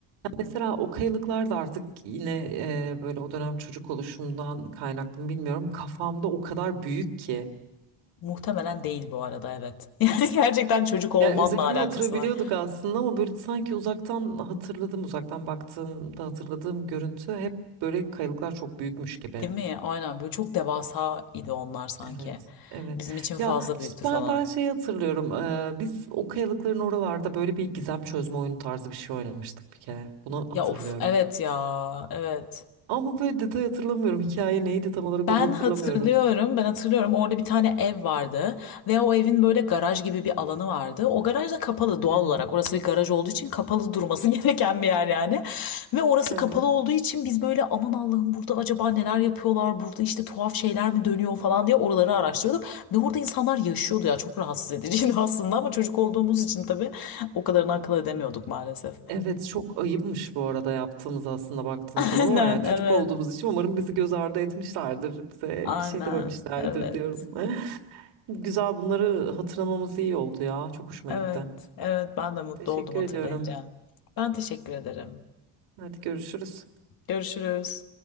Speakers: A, on the right; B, on the left.
A: Mesela o kayalıklar da artık yine e, böyle o dönem çocuk oluşumdan kaynaklı mı bilmiyorum. Kafamda o kadar büyük ki.
B: Muhtemelen değil bu arada evet. <laughs> Yani gerçekten çocuk olmanla
A: Yani üzerinde
B: alakası
A: oturabiliyorduk
B: var.
A: aslında ama böyle sanki uzaktan hatırladım, uzaktan baktığımda hatırladığım görüntü hep böyle kayalıklar çok büyükmüş gibi.
B: Değil mi? Aynen böyle çok devasa idi onlar sanki.
A: Evet, evet.
B: Bizim için
A: Ya
B: fazla büyüktü
A: işte ben,
B: falan.
A: ben şeyi hatırlıyorum. e, biz o kayalıkların oralarda böyle bir gizem çözme oyunu tarzı bir şey oynamıştık bir kere. Bunu hatırlıyorum.
B: Ya of evet ya evet.
A: Ama böyle detay hatırlamıyorum. Hikaye neydi tam olarak
B: Ben
A: onu hatırlamıyorum.
B: hatırlıyorum, ben hatırlıyorum. Orada bir tane ev vardı ve o evin böyle garaj gibi bir alanı vardı. O garaj da kapalı doğal
A: Hı hı.
B: olarak. Orası bir garaj olduğu için kapalı durması <laughs> gereken bir yer yani. Ve orası
A: Evet.
B: kapalı olduğu için biz böyle aman Allah'ım burada acaba neler yapıyorlar? Burada işte tuhaf şeyler mi dönüyor falan diye oraları araştırıyorduk. Ve orada insanlar yaşıyordu ya çok rahatsız ediciydi <laughs> aslında ama çocuk olduğumuz için tabii o kadarını akıl edemiyorduk maalesef.
A: Evet çok ayıpmış bu arada yaptığımız aslında baktığınız
B: <laughs> Aynen
A: zaman ama yani çocuk
B: evet.
A: olduğumuz için umarım bizi göz ardı etmişlerdir. Bize
B: Aynen
A: bir şey dememişlerdir
B: evet.
A: diyorum. <laughs> Güzel bunları hatırlamamız iyi oldu ya. Çok hoşuma
B: Evet,
A: gitti.
B: evet ben de mutlu
A: Teşekkür
B: oldum hatırlayınca.
A: ediyorum.
B: Ben teşekkür ederim.
A: Hadi görüşürüz.
B: Görüşürüz.